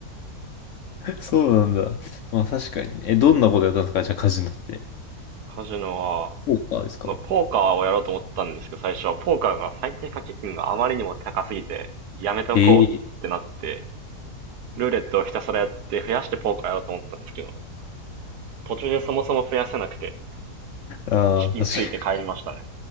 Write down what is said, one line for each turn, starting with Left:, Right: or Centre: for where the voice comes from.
Left: そうなんだ。まあ確かにね。え、どんなことやったんですかじゃあカジノって。
Right: カジノは、
Left: ポーカーですか
Right: まあ、ポーカーをやろうと思ったんですけど、最初はポーカーが最低掛け金があまりにも高すぎて、やめとこうってなって、
Left: ええー
Right: ルーレットをひたすらやって増やしてポーカーやろうと思ったんですけど、途中でそもそも増やせなくて、
Left: ああー、
Right: 資金ついて帰りましたね。
Left: 確か